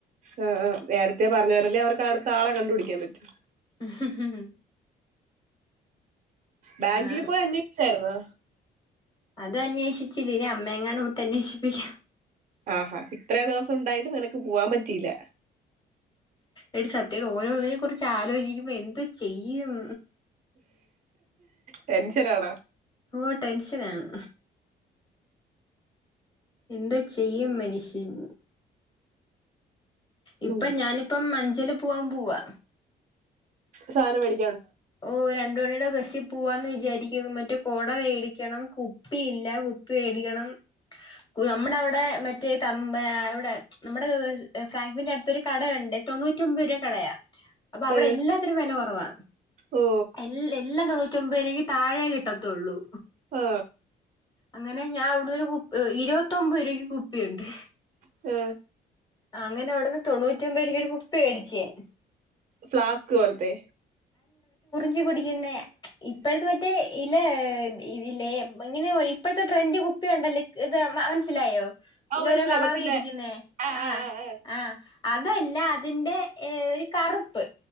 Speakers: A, on the right; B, on the left.
A: ആ ആ നേരത്തെ പറഞ്ഞാലല്ലേ അവർക്ക് അടു ത്താളെ കണ്ടു പിടിക്കാൻ പറ്റു
B: ഉ
A: ബാങ്കില്
B: ആണ്
A: പോയി അന്വേഷിച്ചായിരുന്നോ
B: അത് അന്വേഷിച്ചില്ല ഇനി അമ്മേങ്ങാനും വിട്ട് അന്വേഷിപ്പിക്കാം
A: ആഹാ ഇത്രേ ദിവസം ഉണ്ടായിട്ടും നിനക്ക് പോവാൻ പറ്റിയില്ല
B: എടി സത്യവാ ഓരോ ഇതിനെ കുറിച്ച് ആലോചിക്കുമ്പോ എന്തു ചെയ്യും
A: ടെൻഷനാണോ
B: ഓ ടെൻഷനാണ് എന്ത് ചെയ്യും മനുഷ്യൻ ഇപ്പം
A: ഉം
B: ഞാനിപ്പം മ ല് പൂവാൻ പോവാ
A: സാധനം വേടി
B: ഓ രണ്ട് മണി ടെ ബസ്സിൽ പോവാന്ന് വിചാരിക്കുന്നു മറ്റേ കൊട വേടിക്കണം കുപ്പിയില്ല കുപ്പി വേടിക്കണം യ് നമ്മുടെ അവിടെ മറ്റ മറ്റേ ത അവിടെ നമ്മുടെ ഫ്രാങ്ക്ഫിന്റെ അടുത്തൊരു കട ഉണ്ട് തൊണ്ണൂറ്റി ഒമ്പത് രൂപാ കടയാ അപ്പൊ അവിടെ
A: ഏ
B: എല്ലാത്തിനും വെല കുറവാ
A: ഓ
B: എൽ എൽ എല്ലാം തൊണ്ണൂറ്റൊമ്പത് രൂപക്ക് താഴെ കിട്ടത്തൊള്ളൂ
A: ആ
B: അങ്ങനെ ഞാൻ അവിടുന്നൊരു കുപ്പി ഇരുപത്തൊമ്പത് രൂപയ്ക്ക് കുപ്പിയുണ്ട്
A: ആ
B: അങ്ങനെ അവിടുന്ന് തൊണ്ണൂറ്റിയൊൻമ്പത് രൂപക്ക് ഒരു കുപ്പി വേടിച്ച് ഞാൻ
A: ഫ്ലാസ്ക് പോലത്തെ
B: ഞ്ചി കുടിക്കുന്നയാ ഇപ്പഴത്തെ മറ്റേ ഇലേത് ഇതില്ലേ ഇങ്ങനെ ഇപ്പഴത്തെ ട്രെന്റ് കുപ്പിയുണ്ടല്ലേ ഇക് ഇത് മ മനസ്സിലായോ
A: ആ
B: ഇല്ല
A: മനസ്സിലായി
B: ഓരോ കളറി
A: മറ്റില്ലേ
B: ഇരിക്കുന്നേ
A: ആ
B: ആഹ
A: ആ ആ ആ
B: ആഹ അതുവല്ല അതിന്റെ ഏ ഒരു കറുപ്പ്